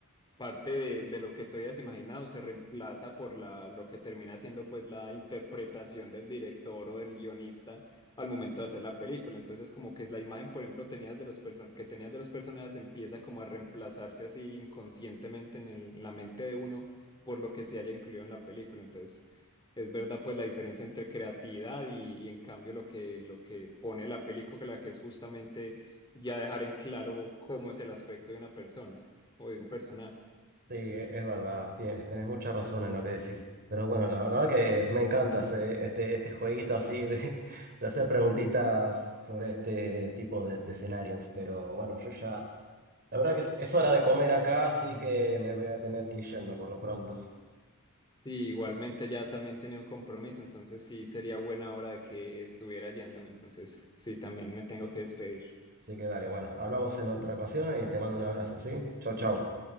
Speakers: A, on the left; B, on the right.
A: parte de, de lo que tú hayas imaginado se reemplaza por la, lo que termina siendo pues la interpretación del director o del guionista al momento de hacer la película. Entonces como que es la imagen, por ejemplo, tenías de los person- que tenías de los personajes empieza como a reemplazarse así inconscientemente en, el- en la mente de uno por lo que se haya incluido en la película. Entonces es verdad pues la diferencia entre creatividad y, y en cambio lo que, lo que pone la película, que es justamente ya dejar en claro cómo es el aspecto de una persona o de un personaje.
B: Sí, e- es verdad, tienes, tenés mucha razón en lo que decís. Pero bueno, la verdad que me encanta hacer eh, este, este jueguito así de, de hacer preguntitas sobre este tipo de, de escenarios. Pero bueno, yo ya... La verdad que es, es hora de comer acá, así que me voy a tener que ir yendo por lo pronto.
A: Sí, igualmente ya también tenía un compromiso, entonces sí sería buena hora de que estuviera yéndome, entonces sí, también me tengo que despedir.
B: Así que dale, bueno, hablamos en otra ocasión y te mando un abrazo, ¿sí? Chau, chau.